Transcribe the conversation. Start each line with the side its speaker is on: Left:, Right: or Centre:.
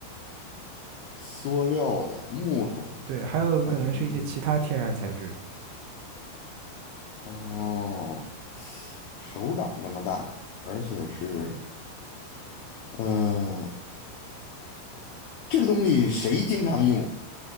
Left: 塑料的、木头的，
Right: 对，还有可能是一些其他天然材质的。
Left: 还可能是哦，手掌这么大，而且是嗯、呃这个东西谁经常用？